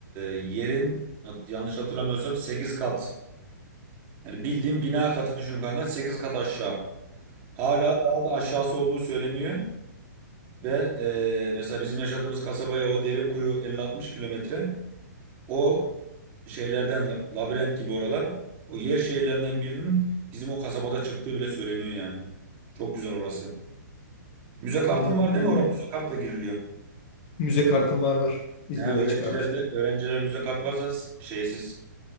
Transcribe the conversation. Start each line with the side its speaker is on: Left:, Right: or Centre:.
Right: yerin hat- yanlış hatırlamıyorsam 8 kat. Yani bildiğin bina katı düşün kanka 8 kat aşağı. Hala daha da aşağısı olduğu söyleniyor. Ve e, mesela bizim yaşadığımız kasabaya o Derinkuyu elli altmış kilometre. O şeylerden la- labirent gibi oralar. O yer şehirlerinden birinin bizim o kasabada çıktığı bile söyleniyor yani. Çok güzel orası. Müze kartın
Left: Hı,
Right: var değil
Left: hı.
Right: mi? Oraya müze kartla giriliyor.
Left: Müze kartım var var. İzmir'de
Right: Ne öğrencilerle
Left: çıkarmıştım.
Right: öğrencilere müze kart varsa s- şeysiz.